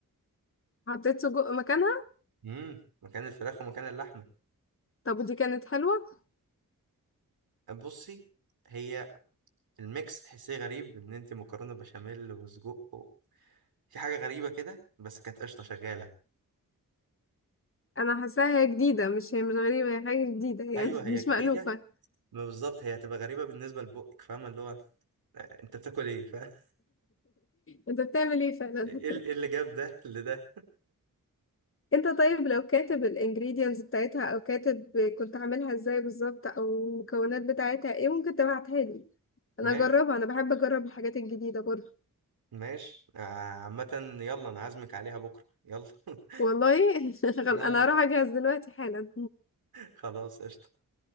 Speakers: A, on the left; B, on the right.
A: حطيت سجق مكانها
B: امم مكان الفراخ ومكان اللحمة
A: طب ودي كانت حلوة
B: بصي هي الميكس تحسيه غريب إن أنت مكرونة بشاميل وسجق و... في حاجة غريبة كده بس كانت قشطة شغالة
A: انا حاساها هي جديدة مش هي مش غريبة هي حاجة جديدة يعني
B: أيوه هي
A: <laughs> مش
B: جديدة
A: مألوفة <laughs>
B: ما بالظبط هي هتبقى غريبة بالنسبة لبقك فاهمة اللي هو آه، انت بتاكل ايه فاهم
A: انت بتعمل ايه فعلا
B: ايه
A: <laughs>
B: إيه ال- إيه اللي جاب ده إيه اللي ده
A: انت طيب لو كاتب الانجريدينتس بتاعتها او كاتب كنت عاملها ازاي بالظبط او المكونات بتاعتها ايه ممكن تبعتها لي انا
B: <laughs> ماشي
A: اجربها انا بحب اجرب الحاجات الجديدة برضه
B: ماشي آه، عامة يلا انا عازمك عليها بكرة يلا <laughs>
A: والله <laughs> شغل
B: يلا
A: انا هروح اجهز دلوقتي حالا
B: خلاص قشطة